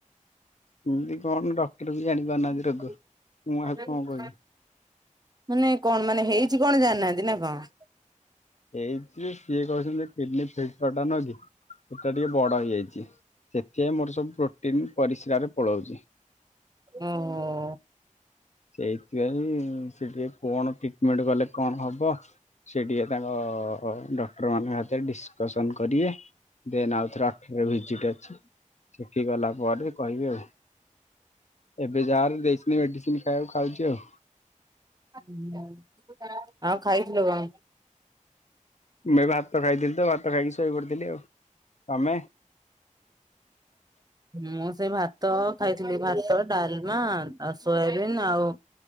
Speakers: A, on the left; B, on the right.
A: କେମିତି କଣ ଡକ୍ଟର ବି ଜାଣି ପାରୁନାହାନ୍ତି। ରୋଗ
B: <unintelligible>
A: ମୁଁ ଆଉ କଣ କହିବି।
B: ମାନେ କଣ ମାନେ ହେଇଛି କଣ ଜାଣିନାହାନ୍ତି ନା କଣ?
A: ଏଇଥି ସିଏ କହୁଛନ୍ତି ଯେ କିଡନୀ ଫିଲଟର ଟା ନୁହଁ କି? ସେଟା ଟିକେ ବଡ ହେଇଯାଇଛି ସେଥିପାଇଁ ମୋର ସବୁ ପ୍ରୋଟିନ ପରିସ୍ରାରେ ପଳାଉଛି।
B: ଓହୋ।
A: ସେଇଥିପାଇଁ ସେଠି ଆଉ କଣ ଟ୍ରିଟମେଣ୍ଟ କଲେ କଣ ହବ? ସେ ଟିକେ ତାଙ୍କ ଡକ୍ଟର ମାନେ ହାତରେ ଡିସକସନ୍ କରିବେ ଦେନ୍ ଆଉ ଥରେ ଅଠରରେ ଭିଜିଟ ଅଛି ସେଠି ଗଲା ପରେ କହିବି ଆଉ ଏବେ ଯାହାହେଲେ ଦେଇଛନ୍ତି ମେଡିସିନ ଖାଇବାକୁ ଖାଉଛି ଆଉ।
B: ହୁଁ ଆଉ ଖାଇଥିଲ କଣ?
A: ମୁଁ ଏବେ ଭାତ ଖାଇଥିଲି ତ ଭାତ ଖାଇକି ଶୋଇ ପଡିଥିଲି ଆଉ ତମେ?
B: ମୁଁ ସେ ଭାତ ଖାଇଥିଲି ଭାଟି, ଡାଲମା ଆଉ ସୋୟାବିନ୍ ଆଉ